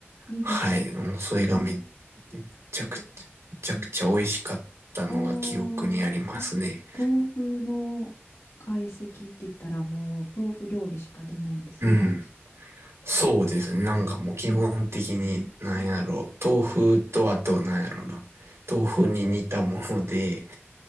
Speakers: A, on the left (about 80°); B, on the right (about 85°).
A: いいですね。
B: はい。もうそれがめっちゃくちゃ、めちゃくちゃ美味しかったのが記憶にありますね。
A: ああー、豆腐の懐石って言ったらもう豆腐料理しか出ないんですか
B: うん。そうですね。なんかもう基本的に、
A: うん
B: なんやろう。豆腐とあと、なんやろな。豆腐に似たもので、